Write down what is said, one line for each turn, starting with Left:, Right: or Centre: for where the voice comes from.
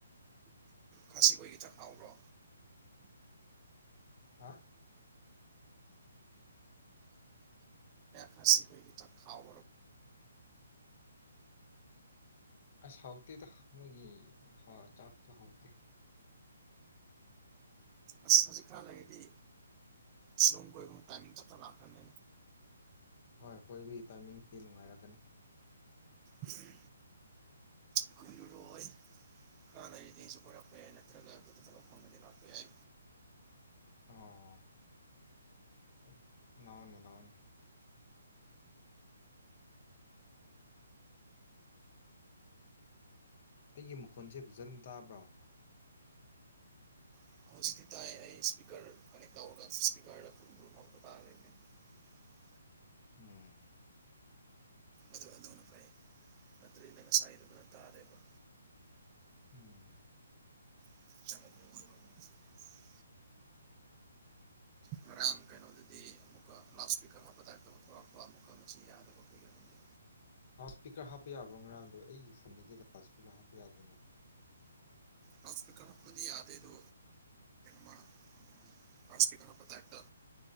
Right: ꯈꯥꯁꯤ ꯍꯣꯏꯒꯤ ꯆꯥꯛ ꯍꯥꯎꯕ꯭ꯔꯣ
Left: ꯍꯥ
Right: ꯈꯥꯁꯤ ꯑꯈ‌ꯣꯏꯒꯤ ꯆꯥꯈꯥꯎ
Left: ꯑꯁ ꯍꯥꯎꯇ‌ꯦꯗ ꯃꯣꯏꯒꯤ ꯍ ꯆꯥꯛꯇꯣ ꯍꯥꯎꯇ‌ꯦ
Right: ꯑꯁ ꯍꯧꯖꯤꯛ ꯈꯔ ꯂꯩꯔꯗꯤ ꯁꯤꯂꯣꯡ ꯀꯣꯏꯕ ꯇꯥꯏꯃꯤꯡ ꯆꯞ ꯆꯥꯅ ꯂꯥꯛꯈ꯭ꯔꯅꯦ
Left: ꯍꯣꯏ ꯀ‌ꯣꯏꯕꯩ ꯇꯥꯏꯃꯤꯡꯗꯤ ꯅꯨꯡꯉꯥꯏꯔꯀꯅꯤ
Right: ꯎꯝ ꯀꯨꯏꯔꯣꯏ ꯈꯔ ꯂꯩꯔꯗꯤ ꯑꯩꯁꯨ ꯀꯣꯏꯔꯛꯄ ꯌꯥꯏ ꯅꯠꯇ꯭ꯔꯒ ꯑꯗꯨꯗ ꯊꯕꯛ ꯐꯪꯉꯗꯤ ꯂꯥꯛꯄ ꯌꯥꯏ
Left: ꯑꯣ ꯂꯥꯛꯎꯅ‌ꯦ ꯂꯥꯛꯎꯅ‌ꯦ ꯑꯩꯒꯤ ꯃꯈꯣꯟꯁꯦ ꯐꯖꯅ ꯇꯥꯕ꯭ꯔꯣ
Right: <unintelligible>
Left: ꯎꯝ
Right: ꯑꯗꯨ ꯑꯗꯨꯅ ꯐꯩ ꯅꯠꯇ꯭ꯔꯗꯤ ꯉꯁꯥꯏꯗꯨꯅ ꯇꯥꯗ‌ꯦꯕ
Left: ꯎꯝ
Right: <unintelligible> ꯉꯔꯥꯡ ꯀꯩꯅꯣꯗꯗꯤ ꯑꯃꯨꯛꯀ ꯂꯥꯎꯠ ꯏꯁꯄꯤꯀꯔ ꯍꯥꯞꯄ ꯇꯥꯏꯞꯇ ꯊꯣꯛꯂꯛꯄ ꯑꯃꯨꯛꯀ ꯃꯁꯤ ꯌꯥꯗꯕ ꯀꯩꯒꯤꯔꯝꯗꯦ
Left: ꯂꯥꯎꯠ ꯏꯁꯄꯤꯀꯔ ꯍꯥꯞꯄ ꯌꯥꯕ꯭ꯔꯣ ꯉꯔꯥꯡꯗꯣ ꯑꯩꯒꯤ ꯐꯣꯟꯗꯗꯤ ꯂꯥꯎꯠ ꯏꯁꯄꯤꯀꯔ ꯍꯥꯞꯄ ꯌꯥꯗꯦꯅꯦ
Right: ꯂꯥꯎꯠ ꯏꯁꯄꯤꯀꯔ ꯍꯞꯄꯗꯤ ꯌꯥꯗ‌ꯦ ꯑꯗꯨ ꯂꯥꯎꯠ ꯏꯁꯄꯤꯀꯔ ꯍꯥꯞꯄꯩ ꯇꯥꯏꯞ ꯇ